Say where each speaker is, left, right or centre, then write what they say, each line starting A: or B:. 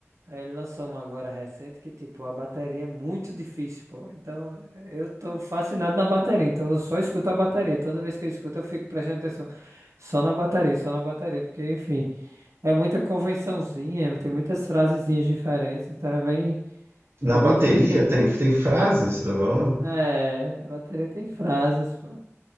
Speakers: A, on the right; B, on the right.
A: Aí ele lançou um agora recente que, tipo, a bateria é muito difícil, pô. Então, eh, eu tô fascinado na bateria. Então, eu só escuto a bateria. Toda vez que eu escuto, eu fico prestando atenção só na bateria, só na bateria. Porque, enfim, é muita convençãozinha, tem muitas frasezinhas diferentes. Então, é bem,
B: Na
A: é bem
B: bateria
A: divertido.
B: tem, tem frase, você tá falando?
A: É, bateria tem frases, pô.